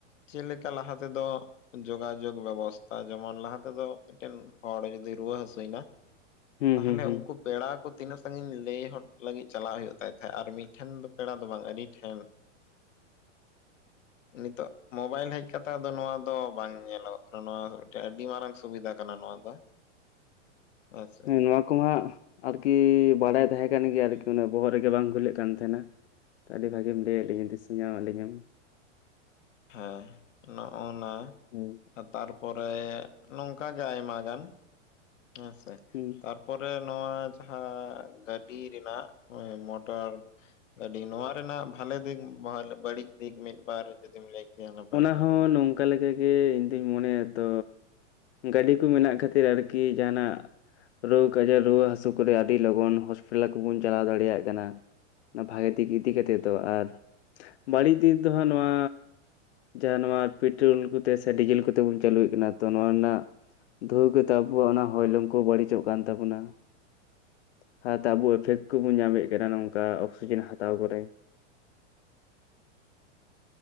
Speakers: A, on the left; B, on the left.
A: ᱪᱮᱫ ᱞᱮᱠᱟ ᱞᱟᱦᱟ ᱛᱮᱫᱚ ᱡᱳᱜᱟᱡᱳᱜᱽ ᱵᱮᱵᱚᱥᱛᱷᱟ ᱡᱮᱢᱚᱱ ᱞᱟᱦᱟᱛᱮ ᱛᱚ ᱢᱤᱫᱴᱮᱱ ᱦᱚᱲ ᱡᱩᱫᱤ ᱨᱩᱣᱟᱹ ᱦᱟᱹᱥᱩᱭᱮᱱᱟ
B: ᱦᱩᱸ
A: ᱛᱟᱦᱚᱞᱮ
B: ᱦᱩᱸ ᱦᱩᱸ
A: ᱩᱱᱠᱩ ᱯᱮᱲᱟ ᱠᱚ ᱛᱤᱱᱟᱹᱜ ᱥᱟᱺᱜᱤᱧ ᱞᱟᱹᱭ ᱦᱚᱫ ᱞᱟᱹᱜᱤᱫ ᱪᱟᱞᱟᱜ ᱦᱩᱭᱩᱜ ᱛᱟᱦᱮᱸᱫ ᱟᱨ ᱢᱤᱫᱴᱷᱮᱱ ᱫᱚ ᱯᱮᱲᱟ ᱫᱚ ᱵᱟᱝ ᱟᱹᱰᱤ ᱴᱷᱮᱱ
B: <inaudible>
A: ᱱᱤᱛᱚᱜ ᱢᱳᱵᱟᱭᱤᱞ ᱦᱮᱡ ᱠᱟᱛᱮ ᱱᱚᱣᱟ ᱫᱚ ᱵᱟᱝ ᱧᱮᱞᱚᱜ ᱠᱟᱱᱟ ᱱᱚᱣᱟ ᱢᱤᱫᱴᱮᱱ ᱟᱹᱰᱤ ᱢᱟᱨᱟᱝ ᱥᱩᱵᱤᱫᱷᱟ ᱠᱟᱱᱟ ᱱᱚᱣᱟ ᱫᱚ ᱦᱮᱸᱥᱮ
B: ᱦᱮᱸ ᱱᱚᱣᱟ ᱠᱚᱢᱟᱜ ᱟᱨᱠᱤ ᱵᱟᱲᱟᱭ ᱛᱟᱦᱮᱸ ᱠᱟᱱ ᱜᱮᱭᱟ ᱟᱨᱠᱤ ᱩᱱᱟᱹᱜ ᱵᱚᱦᱚᱜ ᱨᱮᱜᱮ ᱵᱟᱝ ᱵᱷᱩᱞᱟᱹᱜ ᱠᱟᱱ ᱛᱟᱦᱮᱸᱱᱟ ᱟᱹᱰᱤ ᱵᱷᱟᱹᱜᱮᱢ ᱞᱟᱹᱭᱟᱫ ᱞᱤᱧᱟ ᱫᱤᱥᱟᱹ ᱧᱟᱢ ᱟᱹᱞᱤᱧᱟᱢ
A: ᱦᱮᱸ ᱱᱚᱜ ᱚᱭ ᱱᱟᱭ
B: ᱦᱳᱭ
A: ᱛᱟᱨᱯᱚᱨᱮ ᱱᱚᱝᱠᱟ ᱜᱮ ᱟᱭᱢᱟ ᱜᱟᱱ ᱦᱮᱸ ᱥᱮ ᱛᱟᱨ
B: ᱦᱩᱸ
A: ᱛᱟᱨᱯᱚᱨᱮ ᱱᱚᱣᱟ ᱡᱟᱦᱟᱸ ᱜᱟᱹᱰᱤ ᱨᱮᱱᱟᱜ ᱢᱚᱴᱚᱨ ᱜᱟᱹᱰᱤ ᱱᱚᱣᱟ ᱨᱮᱱᱟᱜ ᱵᱷᱟᱞᱮ ᱫᱤᱠ ᱵᱟᱹᱲᱤᱡ ᱫᱤᱠ ᱢᱤᱫᱵᱟᱨ ᱡᱩᱫᱤᱢ ᱞᱟᱹᱭ ᱠᱮᱭᱟ ᱱᱟᱯᱟᱭ
B: ᱚᱱᱟ
A: ᱠᱚᱜᱼᱟ
B: ᱦᱚᱸ ᱱᱚᱝᱠᱟ ᱞᱮᱠᱟᱜᱮ ᱤᱧᱫᱩᱧ ᱢᱚᱱᱮᱭᱟ ᱛᱚ ᱜᱟᱹᱰᱤ ᱠᱚ ᱢᱮᱱᱟᱜ ᱠᱷᱟᱹᱛᱤᱨ ᱟᱨᱠᱤ ᱡᱟᱦᱟᱱᱟᱜ ᱨᱳᱜᱽ ᱟᱡᱟᱨ ᱨᱩᱣᱟᱹ ᱦᱟᱹᱥᱩ ᱠᱚᱨᱮ ᱟᱹᱰᱤ ᱞᱚᱜᱚᱱ ᱦᱚᱥᱯᱤᱴᱟᱞ ᱠᱚᱵᱚᱱ ᱪᱟᱞᱟᱣ ᱫᱟᱲᱮᱭᱟᱜ ᱠᱟᱱᱟ ᱱᱚᱣᱟ ᱵᱷᱟᱜᱮ ᱫᱤᱠ ᱤᱫᱤ ᱠᱟᱛᱮᱫ ᱫᱚ ᱟᱨ ᱵᱟᱹᱲᱤᱡ ᱫᱤᱠ ᱫᱚ ᱦᱟᱸᱜ ᱱᱚᱣᱟ ᱡᱟᱦᱟᱸ ᱱᱚᱣᱟ ᱯᱮᱴᱨᱳᱞ ᱠᱚᱛᱮ ᱥᱮ ᱰᱤᱡᱮᱞ ᱠᱚᱛᱮ ᱵᱚᱱ ᱪᱟᱹᱞᱩᱭᱮᱫ ᱠᱟᱱᱟ ᱛᱚ ᱱᱚᱣᱟ ᱨᱮᱱᱟᱜ ᱫᱷᱩᱶᱟ ᱠᱚᱛᱮ ᱟᱵᱚᱣᱟᱜ ᱚᱱᱟ ᱦᱚᱭᱞᱚᱝ ᱠᱚ ᱵᱟᱹᱲᱤᱡᱚᱜ ᱠᱟᱱ ᱛᱟᱵᱚᱱᱟ ᱥᱟᱶᱛᱮ ᱟᱵᱚ ᱮᱯᱷᱮᱠᱴ ᱠᱚᱵᱚᱱ ᱧᱟᱢᱮᱫ ᱠᱟᱱᱟ ᱱᱚᱝᱠᱟ ᱚᱠᱥᱤᱡᱮᱱ ᱦᱟᱛᱟᱣ ᱠᱚᱨᱮ